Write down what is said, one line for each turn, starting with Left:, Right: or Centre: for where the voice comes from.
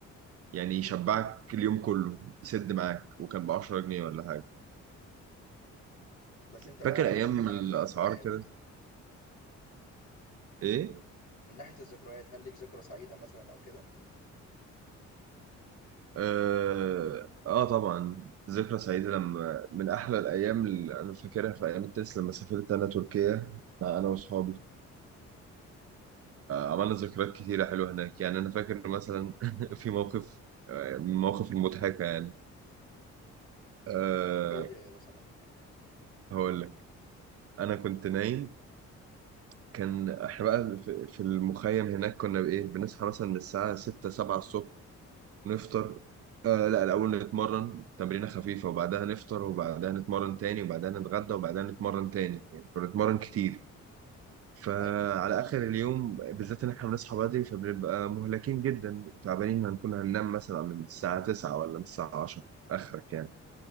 Right: يعني
Left: مم.
Right: يشبعك اليوم كله يسد معاك وكان ب 10 جنيه ولا حاجة
Left: بس انت بقى
Right: فاكر ايام
Left: من ناحية
Right: الاسعار
Left: الذكريات
Right: كده ايه
Left: من ناحية الذكريات هل ليك ذكرى سعيدة مثلا او كده
Right: اه, آه طبعا ذكرى سعيدة لما من احلى الايام اللي انا فاكرها في ايام التنس لما سافرت انا تركيا مع انا واصحابي عملنا ذكريات كتيرة حلوة هناك يعني أنا فاكر مثلا <laughs> في موقف آه، من المواقف المضحكة يعني أه
Left: احكوا لي لو سمحت يعني
Right: هقول لك أنا كنت نايم كان إحنا بقى في في المخيم هناك كنا بإيه بنصحى مثلا من الساعة 6 7 الصبح نفطر أه لا الأول نتمرن تمرينة خفيفة وبعدها نفطر وبعدها نتمرن تاني وبعدها نتغدى وبعدها نتمرن تاني يعني كنا بنتمرن كتير فعلى
Left: ايوه ايوه
Right: اخر اليوم بالذات ان احنا بنصحى بدري فبنبقى مهلكين جدا وتعبانين هنكون هننام مثلا من الساعه 9 ولا من الساعه 10 اخرك يعني